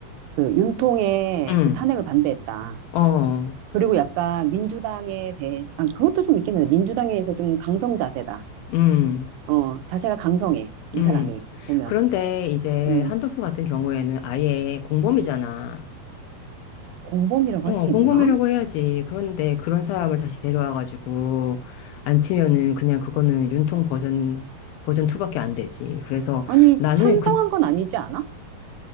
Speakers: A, on the right (about 80°); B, on the left (about 80°).
A: 그 윤통의
B: 응,
A: 그 탄핵을 반대했다.
B: 어,
A: 그리고 약간 민주당에 대해서, 아, 그것도 좀 있긴 한데, 민주당에서 좀 강성 자세다.
B: 응,
A: 어, 자세가 강성해. 이
B: 응.
A: 사람이, 보면.
B: 그런데 이제
A: 음,
B: 한덕수 같은 경우에는 아예 공범이잖아.
A: 공범이라고
B: 어,
A: 할 수 있나?
B: 공범이라고 해야지. 그런데 그런 사람을 다시 데려와가지고 안 치면은 그냥 그거는 윤통 버전, 버전 2밖에 안 되지. 그래서
A: 아니,
B: 나는
A: 찬성한
B: 그,
A: 건 아니지 않아?